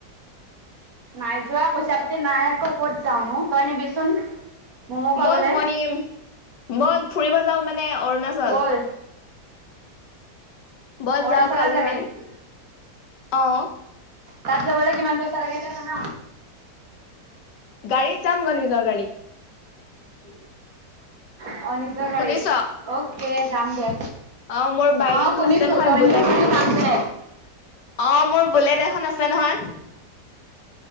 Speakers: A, on the right; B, on the left.
A: নাই যোৱা পইচা পাতি নাই আকৌ কত যাওনো তই নিবিচোন। ম'ম' খাবলে
B: বল মই নিম বল ফুৰিব যাওঁ মানে অৰুণাচল
A: ব'ল
B: বল
A: অৰুণাচলত
B: যাও কালি
A: যাবি
B: মানে
A: নেকি?
B: অ
A: তাত যাবলৈ কিমান পইচা লাগে তই জান।
B: গাড়ীত চাম গ নিজৰ গাড়ী
A: উম অ নিজৰ
B: শুনিছ?
A: গাড়ী অ'কে যাম দে।
B: অ মোৰ বাইক
A: অ
B: এখন
A: শুনিছো
B: আছে নহয়
A: তই
B: বুলেট।
A: নিয় যদি যাম দে।
B: অ মোৰ বুলেট এখন আছে নহয়।